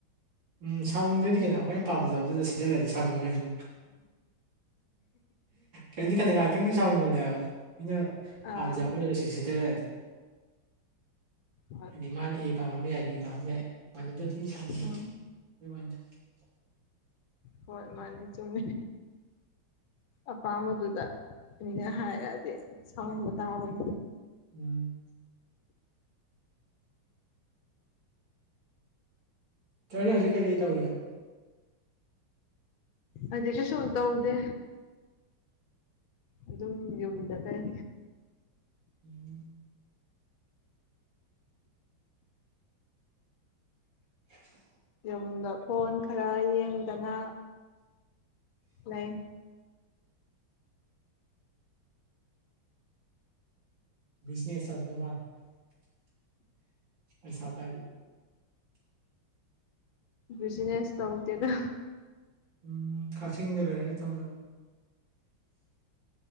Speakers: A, on the right; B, on the left.
A: ꯎꯝ ꯁꯥꯎꯅꯤꯡꯗꯗꯤ ꯀꯩꯅꯣ ꯑꯩꯈꯣꯏꯅ ꯄꯥꯝꯖꯕꯗꯨꯗ ꯁꯤꯗꯔꯗꯤ ꯁꯥꯎꯅꯤꯡꯉꯣꯏꯗ꯭ꯔꯣ ꯀꯔꯤꯣ ꯀꯟꯗ ꯉꯥꯏꯇꯪꯒꯤ ꯁꯥꯎꯅꯤꯡꯅꯦꯕ ꯃꯤꯅ
B: ꯑꯥ
A: ꯄꯥꯝꯖꯕꯣꯠꯗꯣ ꯁꯤ ꯁꯤꯗꯔꯗꯤ
B: ꯍꯣꯏ
A: ꯍꯥꯏꯗꯤ ꯃꯥꯅ ꯑꯦ ꯄꯥꯝꯃꯝꯕ ꯌꯥꯏ ꯕꯤ ꯄꯥꯝꯃꯝꯕ ꯌꯥꯏ ꯃꯥꯅ <unintelligible>
B: ꯎꯝ ꯍꯣꯏ ꯃꯥꯅꯦ ꯆꯨꯝꯃꯦ ꯑꯄꯥꯝꯕ ꯑꯗꯨꯗ ꯎꯅꯦ ꯍꯥꯏꯔꯛꯑꯗꯤꯦ ꯁꯥꯎꯅ ꯇꯥꯕꯅꯤ꯫
A: ꯎꯝ꯫ ꯇꯔꯅꯤ ꯍꯧꯖꯤꯛ ꯀꯩꯀꯩ ꯇꯧꯔꯤꯒꯦ꯫
B: ꯑꯗꯨ ꯀꯩꯁꯨꯝ ꯇꯧꯗꯦ ꯑꯗꯨꯝ ꯌꯨꯝꯗ ꯀꯔꯤ
A: ꯎꯝ꯫ <unintelligible>
B: ꯌꯨꯝꯗ ꯐꯣꯟ ꯈꯔ ꯌꯦꯡꯗꯅ ꯂꯩ꯫
A: ꯕꯤꯖꯤꯅꯦꯁ ꯅ ꯃꯥ ꯄꯩꯁꯥ ꯄꯥꯏꯕꯤ꯫
B: ꯕꯤꯖꯤꯅꯦꯁ ꯇꯧꯗꯦꯗ꯫
A: ꯎꯝ ꯀꯛꯆꯤꯡꯗ ꯂꯣꯏꯔꯦꯅ ꯊꯧꯖꯕ꯫